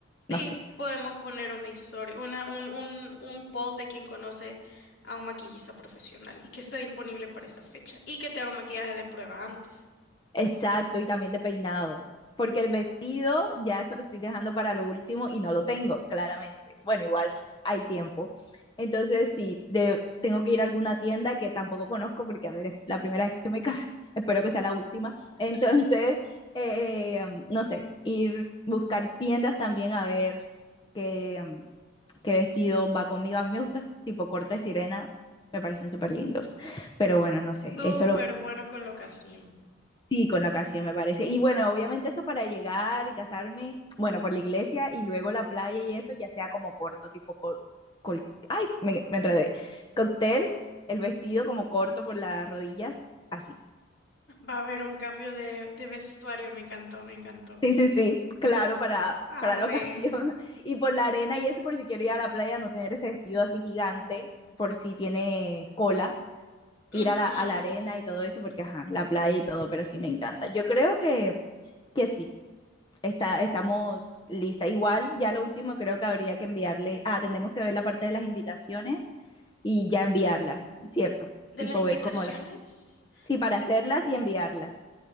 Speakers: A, on the left (about 20°); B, on the left (about 65°).
A: no
B: Sí,
A: sé.
B: podemos poner una historia, una, un, un, un poll de quien conoce a un maquillista profesional y que esté disponible para esa fecha y que tenga un maquillaje de prueba antes.
A: Exacto, y también de peinado. Porque el vestido ya eso lo estoy dejando para lo último y no lo tengo, claramente. Bueno, igual hay tiempo. Entonces, sí, de- tengo que ir a alguna tienda que tampoco conozco porque, a ver, es la primera vez que me caso. <laughs> Espero que sea la última. Entonces, <laughs> eh, no sé, ir buscar tiendas también a ver qué, mm, qué vestido va conmigo. A mí me gusta tipo corte sirena, me parecen súper lindos. Pero bueno, no sé,
B: Súper
A: eso lo
B: bueno con la ocasión.
A: Sí, con la ocasión me parece. Y bueno, obviamente eso para llegar y casarme, bueno, por la iglesia y luego la playa y eso, ya sea como corto, tipo, col- col- ay, me, me enredé. Cóctel, el vestido como corto por las rodillas, así.
B: Va a haber un cambio de, de vestuario, me encantó, me encantó.
A: Sí, sí, sí, claro, para, para
B: Amé.
A: la ocasión. <laughs> Y por la arena y eso, por si quiero ir a la playa, no tener ese vestido así gigante, por si tiene cola,
B: Ujú.
A: ir a la, a la arena y todo eso, porque ajá, la playa y todo, pero sí me encanta. Yo creo que, que sí. está, estamos lista. Igual, ya lo último creo que habría que enviarle, ah, tenemos que ver la parte de las invitaciones y ya enviarlas, ¿cierto?
B: De
A: Tipo
B: las invitaciones,
A: ver cómo las, sí, para
B: de,
A: hacerlas y enviarlas.